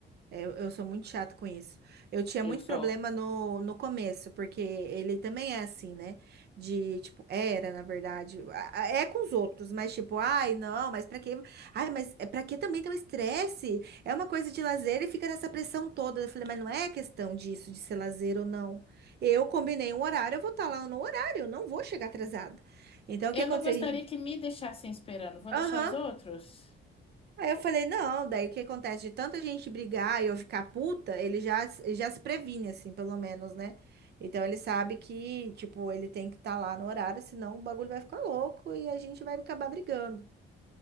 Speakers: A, on the right (about 55°); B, on the left (about 30°).
A: É, Eu, eu sou muito chato com isso. Eu tinha
B: eu
A: muito
B: sou.
A: problema no, no começo, porque ele também é assim, né? De, tipo, era, na verdade. a- a- É com os outros, mas tipo, ai, não, mas pra quê? Ai, mas é pra que também ter um estresse? É uma coisa de lazer e fica nessa pressão toda. Eu falei, mas não é questão disso, de ser lazer ou não. Eu combinei um horário, eu vou estar lá no horário, eu não vou chegar atrasada. Então,
B: Eu
A: o que aconteceu?
B: não gostaria
A: A gente.
B: que me deixassem esperando. Vou
A: Aham.
B: deixar os outros?
A: Aí eu falei, não, daí o que acontece? De tanta gente brigar e eu ficar puta, ele já, ele já se previne, assim, pelo menos, né? Então ele sabe que, tipo, ele tem que estar lá no horário, senão o bagulho vai ficar louco e a gente vai acabar brigando.